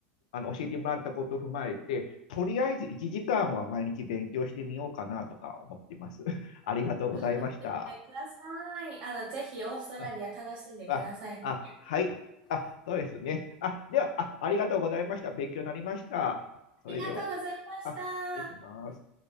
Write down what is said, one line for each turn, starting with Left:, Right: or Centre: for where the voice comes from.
Left: あの教えてもらったことを踏まえて、とりあえず1時間は毎日勉強してみようかなとか思っています。<laughs> ありがとうございました。
Right: 頑張ってみてください。あの、ぜひオーストラリア楽しんでくださいね。
Left: あ、あ、あはい。あ、そうですね。あ、では、あ、ありがとうございました。勉強になりました。それでは、
Right: ありがとうございました。
Left: あ、失礼します。